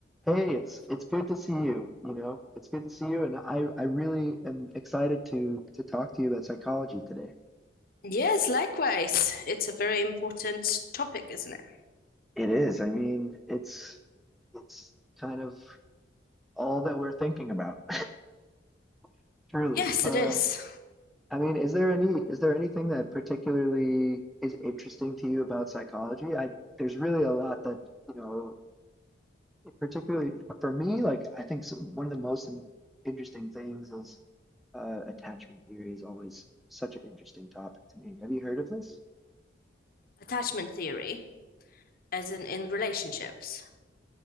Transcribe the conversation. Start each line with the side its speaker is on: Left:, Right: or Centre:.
Centre: Hey, it's it's good to see you. You know, it's good to see you, and I I really am excited to to talk to you about psychology today.
Left: Yes, likewise. It's a very important topic, isn't it?
Centre: It is. I mean, it's it's kind of all that we're thinking about. <laughs> Truly.
Left: Yes,
Centre: Um,
Left: it is.
Centre: I mean, is there any is there anything that particularly is interesting to you about psychology? I there's really a lot that, you know, particularly for me, like I think s- one of the most im- interesting things is Uh, attachment theory is always such an interesting topic to me. Have you heard of this?
Left: Attachment theory, as in in relationships.